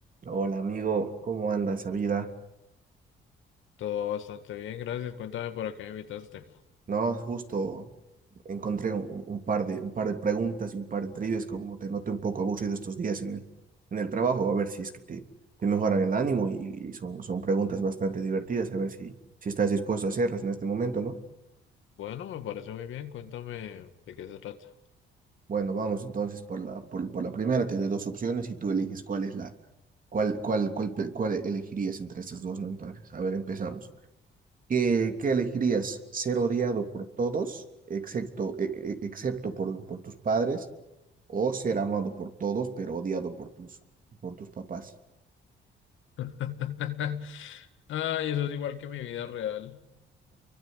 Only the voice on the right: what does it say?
Hola amigo, ¿cómo anda esa vida?
No, justo encontré un, un par de, un par de preguntas y un par de trivias, como te noté un poco aburrido estos días en el, en el trabajo, a ver si es que te, te mejoran el ánimo y, y son, son preguntas bastante divertidas, a ver si, si estás dispuesto a hacerlas en este momento, ¿no?
Bueno, vamos entonces por la, por, por la primera, te doy dos opciones y tú eliges cuál es la, cuál, cuál, cuál, pe- cuál elegirías entre estas dos, ¿no? Entonces, a ver, empezamos. ¿Qué, qué elegirías? ¿Ser odiado por todos, excepto, e- e- excepto por, por tus padres, o ser amado por todos, pero odiado por tus, por tus papás?